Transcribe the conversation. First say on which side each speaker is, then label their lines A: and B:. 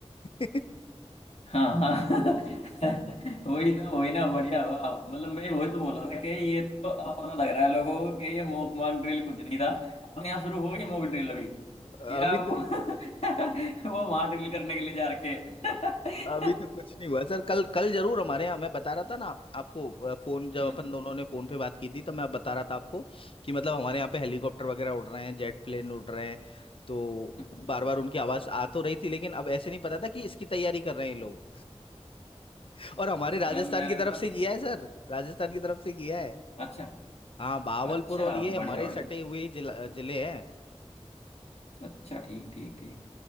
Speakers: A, on the left (about 55°); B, on the left (about 70°).
A: <laughs>
B: हाँ हाँ <laughs> वही ना वही ना बढ़िया हुआ मतलब मैं वही तो बोल रहा था कि ये तो अब पता लग रहा है लोगों को कि ये मॉक मॉक ड्रिल कुछ नहीं था अपने यहाँ शुरू हो गई मॉक ड्रिल अभी
A: अभी
B: या वो
A: तो
B: <laughs> वो वहां ड्रिल करने के लिए जा रखे
A: अभी
B: <laughs>
A: तो कुछ नहीं हुआ सर कल कल जरूर हमारे यहाँ मैं बता रहा था ना आपको अ, फोन जब
B: हम्म
A: अपन दोनों ने फोन पे बात की थी तो मैं बता रहा था आपको कि मतलब हमारे यहाँ पे हेलीकॉप्टर वगैरह उड़ रहे हैं जेट प्लेन उड़ रहे हैं तो
B: हम्म, हम्म,
A: बार बार उनकी आवाज आ तो रही थी लेकिन अब ऐसे नहीं पता था कि इसकी तैयारी कर रहे हैं ये लोग <laughs> और हमारे राजस्थान
B: हम्म। मेरे
A: की तरफ
B: को तो
A: से किया है सर राजस्थान की तरफ से किया है
B: अच्छा
A: हाँ बहावलपुर
B: अच्छा
A: और ये हमारे
B: बढ़िया बढ़िया
A: सटे हुए जिला- जिले हैं
B: अच्छा ठीक ठीक ठीक